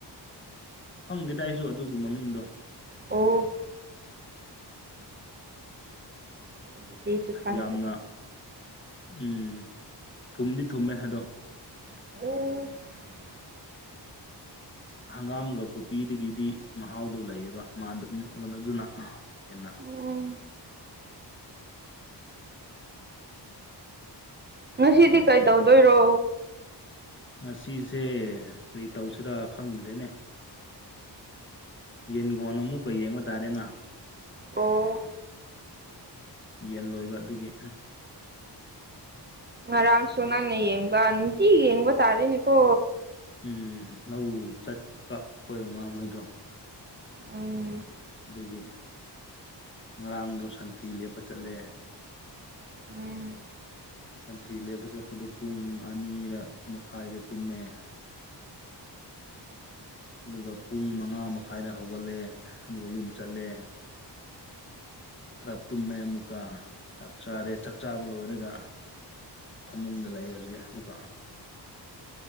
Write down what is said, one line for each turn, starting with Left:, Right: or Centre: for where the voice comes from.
Left: ꯈꯪꯗꯦꯗꯥ ꯑꯩꯁꯨ ꯑꯗꯨꯒꯤ ꯃꯃꯤꯡꯗꯣ
Right: ꯑꯣ ꯑꯗꯨꯗꯤꯁꯨ ꯈꯪꯗꯦ
Left: ꯌꯥꯝꯅ ꯎ ꯊꯨꯝꯗꯤ ꯊꯨꯝꯃꯦ ꯑꯗꯣ
Right: <unintelligible>
Left: ꯍꯪꯒꯥꯝꯒ ꯀꯨꯞꯄꯤꯗꯒꯤꯗꯤ ꯃꯍꯥꯎꯗꯨꯣ ꯂꯩꯌꯦꯕ ꯃꯥ ꯑꯗꯨꯅ ꯍꯦꯟꯅ
Right: ꯎꯝ ꯉꯁꯤꯗꯤ ꯀꯩꯗꯧꯗꯣꯏꯔꯣ
Left: ꯉꯁꯤꯁꯦ ꯀꯔꯤ ꯇꯧꯁꯤꯔꯥ ꯈꯪꯗ꯭ꯔꯦꯅꯦ ꯌꯦꯟꯈꯣ ꯑꯃꯨꯛꯀ ꯌꯦꯡꯕ ꯇꯥꯔꯦꯅ
Right: ꯑꯣ
Left: ꯌꯦꯟ ꯂꯣꯏꯕ ꯑꯗꯨꯒꯤ
Right: ꯉꯔꯥꯡꯁꯨ ꯅꯪꯅ ꯌꯦꯡꯕ ꯅꯨꯡꯇꯤ ꯌꯦꯡꯕ ꯇꯥꯔꯤꯦꯅꯦꯀꯣ
Left: ꯎꯝ ꯂꯧ ꯆꯠꯄ ꯑꯩꯣꯏ ꯃꯃꯥꯍꯣꯏꯗꯣ
Right: ꯎꯝ
Left: ꯑꯗꯨꯒꯤ ꯉꯔꯥꯡꯗꯣ ꯁꯥꯟꯇꯤ ꯂꯦꯞꯄ ꯆꯠꯂꯦ
Right: ꯎꯝ
Left: ꯁꯟꯇ꯭ꯔꯤ ꯂꯦꯞꯄ ꯆꯠꯄꯗꯨꯣ ꯄꯨꯡ ꯑꯅꯤꯔ ꯃꯈꯥꯏꯗ ꯇꯨꯝꯃꯦ ꯑꯗꯨꯒ ꯄꯨꯡ ꯃꯉꯥ ꯃꯈꯥꯏꯗ ꯍꯧꯒꯠꯂꯦ ꯑꯃ ꯌꯨꯝ ꯆꯠꯂꯦ ꯈꯔ ꯇꯨꯝꯃꯦ ꯑꯃꯨꯛꯀ ꯆꯥꯛ ꯆꯥꯔꯦ ꯆꯥꯛ ꯆꯥꯕ ꯂꯣꯏꯔꯒ ꯐꯃꯨꯡꯗ ꯂꯩ ꯍꯧꯖꯤꯛ ꯑꯃꯨꯛꯀ